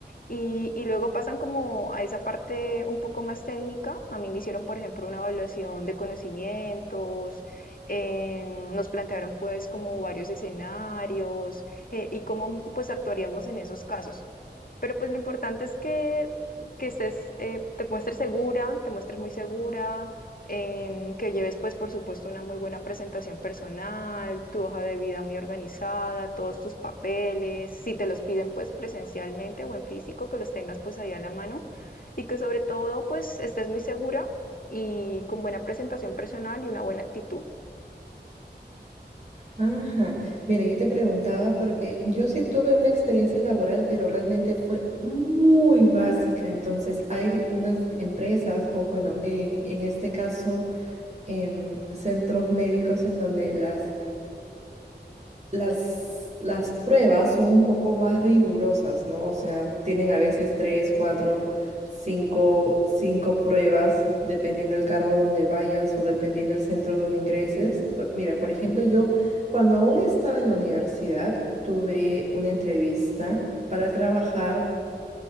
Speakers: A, on the left (about 55°); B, on the right (about 40°).
A: y, y luego pasan como a esa parte un poco más técnica. A mí me hicieron, por ejemplo, una evaluación de conocimientos, em, nos plantearon pues como varios escenarios eh, y cómo pues actuaríamos en esos casos. Pero pues lo importante es que, que estés, eh, te muestres segura, te muestres muy segura, em, que lleves pues por supuesto una muy buena presentación personal, tu hoja de vida muy organizada, todos tus papeles, si te los piden pues presencialmente o en físico, que los tengas pues ahí a la mano y que sobre todo pues estés muy segura y con buena presentación personal y una buena actitud.
B: Ajá, mira, yo te preguntaba porque yo sí tuve una experiencia laboral, pero realmente fue muy básica. Entonces, hay unas empresas, o bueno, en, en este caso, em, centros médicos en donde las las, las pruebas son un poco más rigurosas, ¿no? O sea, tienen a veces tres, cuatro, cinco, cinco pruebas, dependiendo del cargo donde vayas o dependiendo del centro donde ingreses. Por- mira, por ejemplo, yo cuando aún estaba en la universidad, tuve una entrevista para trabajar